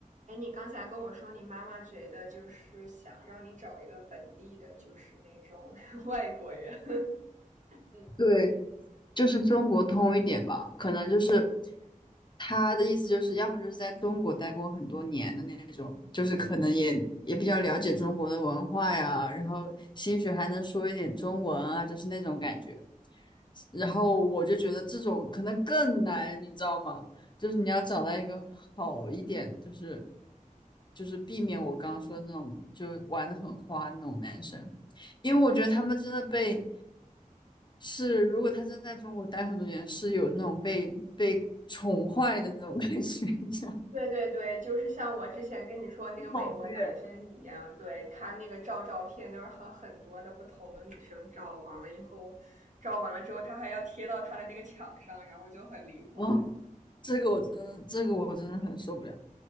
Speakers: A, on the right; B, on the left.
A: 哎，你刚才跟我说，你妈妈觉得就是想让你找一个本地的，就是那种 <laughs> 外国人。<laughs> 嗯，
B: 对，就是中国通一点吧，可能就是他的意思就是，要么就是在中国待过很多年的那种，就是可能也也比较了解中国的文化呀，然后兴许还能说一点中文啊，就是那种感觉。然后我就觉得这种可能更难，你知道吗？就是你要找到一个好一点，就是就是避免我刚刚说的那种就玩的很花那种男生，因为我觉得他们真的被是，如果他真在中国待很多年，是有那种被被宠坏的那种感觉，<laughs> 你知道吗
A: 对对对，就是像我之前跟你说那个美国男生一样，
B: 暴虐
A: 对，他那个照照片都是和很多的不同的女生照，完了以后，照完了之后，他还要贴到他的那个墙上，然后就很离谱。
B: 啊，这个我真的，这个我真的很受不了。